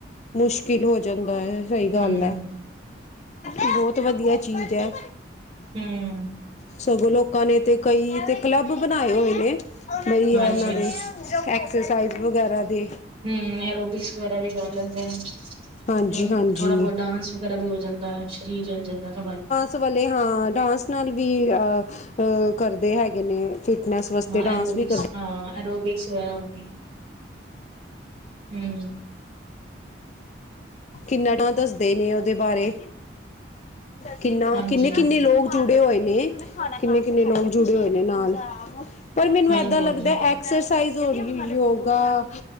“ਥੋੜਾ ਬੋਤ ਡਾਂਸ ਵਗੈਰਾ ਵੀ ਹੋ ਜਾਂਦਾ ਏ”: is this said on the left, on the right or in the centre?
Right